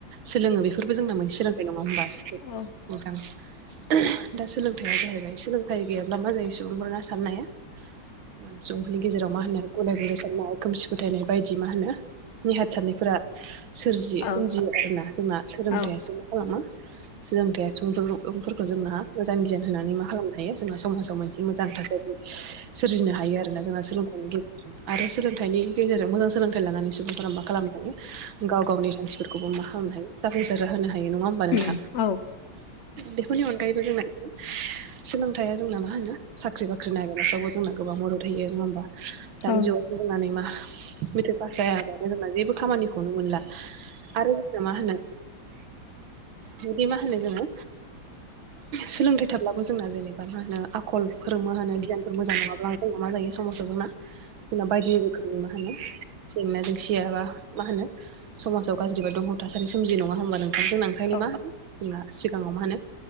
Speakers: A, on the right; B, on the left.
A: सोलोङो बेफोरबो जोंना मोनै सोलोंनाय नंङा होनोमबा दे
B: औ
A: नोंथां दा सोलोंथाइ जाहैबाय सोलोंथाइ गैयाब्ला मा जायो। सुबुंफोरना साननाया मा होनो सुबुंफोरनि गेजेराव मा होनो गुलाय गुलाय सारनाय खोमसि फोथायनाय बायदि मा होनो नेहाथ सारनायफोरा सोरजियो
B: औ
A: सोमजियो आरोना जोंना सोलोंथाइसो
B: औ
A: खालामो सोलोथाइया सुबुुंफोरखौ सुबुंफोरखौ जोंना मोजां गियान होनानै मा खालामनो हायो जोंना समाजाव मोनसे मोजां थासारि सोरजिनो हायो आरोना जोंहा सोलोंथाइनि गेजेरजों आरो सोलोंथाइनि गेजेरजों मोजां सोलोंथाइ लानानै सुबुंफोरा मा खालामनो हायो। गाव गावनि थांखिफोरखौबो मा खालामनो हायो जाफुंसारा होनो हायो नंङा होमबा होमबा नोंथां
B: उम औ
A: बेफोरनि अनगायैबो जोंना सोलोंथाय जोंना मा होनो साख्रि बाख्रि नागिरनायफ्रावबो जोंना गोबां मदद होयो नंङा होमबा दानि
B: औ
A: जुगाव जोंनानै मा मेट्रिक पास जायाबानो जोंना जेबो खामानिखौनो मोनला आरो मा होनो जोंदि मा होनो जोंङो सोलोंथाइ थाब्लाबो जोंना जेनेबा मा होनो आखल फोरोंमो होनो गियानफोर मोजां नंङाब्ला जोंना मा जायो समाजाव जोंना जोंना बायदि रोखोमनि मा होनो जेंना जेंसियाबा मा होनो समाजाव गाज्रिबा दंहाव थासारि सोमजि नंङा होमबा नोंथांजों ओंखायनो
B: औ
A: मा होनो जोंना सिगांङाव मा होनो